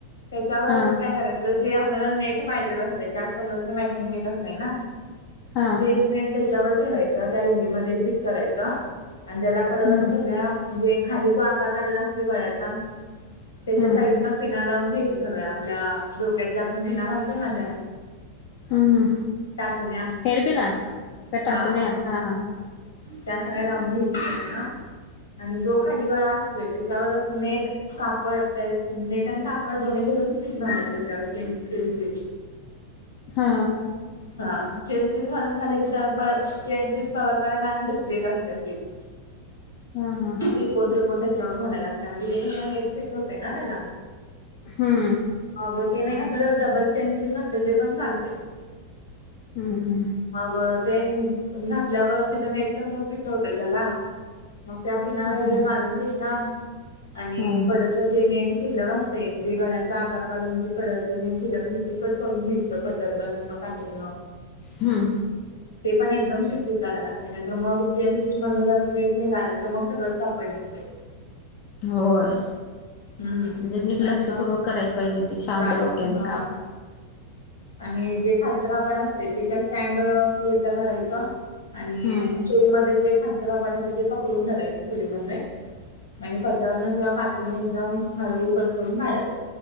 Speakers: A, on the left; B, on the left.
A: त्याच्यावरच
B: हा
A: काय करायचं जे आपल्याला नेट पाहिजे असत त्याच कलरचे मॅचिंग नेट असतय ना.
B: हा
A: तेच नेट त्याच्यावर ठेवायचं. त्या रिंगेमध्ये फिट करायच. आणि त्याला कडन
B: हम्म
A: सगळ्या म्हणजे खाली जो आकार काढलेला असतोय गळ्याचा त्याच्या
B: हम्म
A: साईडन. पिना लावून घ्यायच्या सगळ्या आपल्या डोक्यात ज्या आपण पिना घालतोय ना त्या.
B: हम्म हम्म
A: टाचण्या
B: हेडपीना का
A: हा
B: टाचण्या. हा हा
A: त्या सगळ्या लावून घ्यायच्या कडेन. आणि जो खाली गळा असतोय त्याच्यावरच नेट कापड त्या नेट आणि कापड दोन्ही धरून स्टिच घालायच त्याच्यावर. स्टेन स्टीनचे.
B: हा
A: हा चेन स्विच घालून झाले की, तर परत चेन स्विच कव्हर करायला आणि दुसरी एक असते स्विच.
B: हा हा
A: तिकोण त्रिकोण त्याच्यावर घायला लागत म्हणजे ते कस नेट फिट होतं ना त्याला.
B: हम्म
A: अगं ते नाही घातल तरी डबल चेनचच घातल तरी पण चालतय.
B: हम्म हम्म
A: मग ते घातल्यावर तिथं नेट कस फिट होतय त्याला. मग त्या पिना
B: हम्म
A: वगैरे काढून घ्यायच्या आणि
B: हा
A: कडच जे नेट शिल्लक असतय जे गळ्याचा आकार काढून जे कडच नेट शिल्लक कट करून घ्यायच. कटरन किंवा कातरीन.
B: हम्म
A: ते पण एकदम शिस्तीत कराय लागतय. नाहीतर मग चेन स्टीच मधन जर नेट निघाल तर मग सगळच काप पण निघतय.
B: होय.
A: हम्म
B: म्हणजे नीट
A: आणि
B: लक्षपूर्वक
A: मग
B: कराय पाहिजे ते शांत
A: कार
B: डोक्याने
A: हा
B: काम.
A: आणि जे खालचं कापड असते ते काय स्टँड उलट करायच. आणि
B: हम्म
A: सुई मध्ये जे खालच कापड असते ते पकडून धरायच सुई मध्ये. आणि कटरन किंवा कात्री एकदम हळू कट करून काढायच.